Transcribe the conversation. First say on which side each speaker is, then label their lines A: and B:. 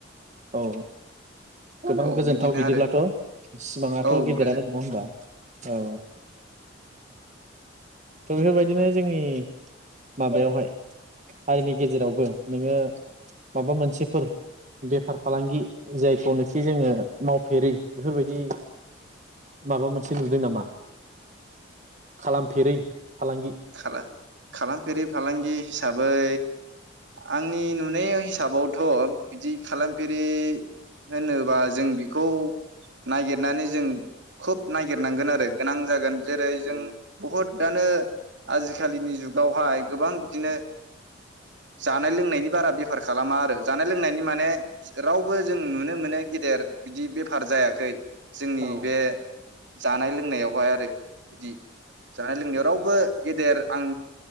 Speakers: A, on the right; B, on the right.
A: औ गोबां
B: औ
A: गोजोनथाव
B: बिदिनो
A: बिदिब्लाथ'
B: आरो
A: सिमाङाथ'
B: औ
A: गेदेरानो
B: गोजोन
A: नङा होनबा औ थ' बेफोरबायदिनो जोंनि माबायावहाय हारिनि गेजेरावबो नोङो माबा मोनसेफोर बेफार फालांगि जायखौ होनो खि जोङो मावफेरै बेफोरबायदि माबा मोनसे नुदों नामा खालामफेरै फालांगि
B: खाला खालामफेरि फालांगि हिसाबै आंनि नुनाय हिसाबावथ' बिदि खालामफेरि होनोबा जों बेखौ नागिरनानै जों खुब नागिरनांगोन आरो गोनां जागोन जेरै जों बुहुत दानो आजिखालिनि जुगावहाय गोबां बिदिनो जानाय लोंनायनि बारा बेफार खालामा आरो जानाय लोंनायनि माने रावबो जों नुनो मोनो गेदेर बिदि बेफार जायाखै जोंनि
A: औ
B: बे जानाय लोंनायावहाय आरो बिदि जानाय लोंनायाव रावबो गेदेर आं